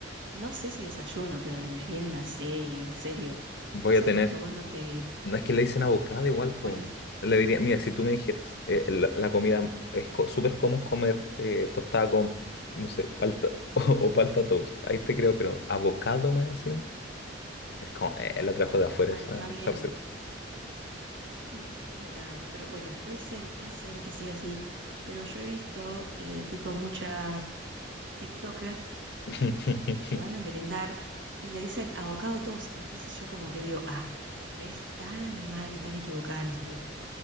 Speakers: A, on the right (about 75°); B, on the left (about 60°).
A: No sé si desayuno, pero de merienda, sí, en serio.
B: Voy
A: Eso
B: a tener,
A: porque vos no te,
B: no es que le dicen avocado, igual,
A: eh,
B: pues.
A: pones,
B: Le diría, mira, si tú me dijeras, eh, la, la comida es co- súper común comer eh, tostada con, no sé, palta <laughs> o, o palta toast. Ahí te creo, pero abocado más encima. Es como, eh, la trajo de afuera
A: bueno,
B: esa,
A: está bien,
B: esa receta.
A: no, de nada, pero bueno, puede ser, puede ser que siga así, pero yo he visto eh, tipo muchas TikTokers
B: <laughs>
A: que van a merendar y le dicen avocado toast, entonces yo como que digo, ah, ¿ves? Tan mal y tan equivocada no estoy.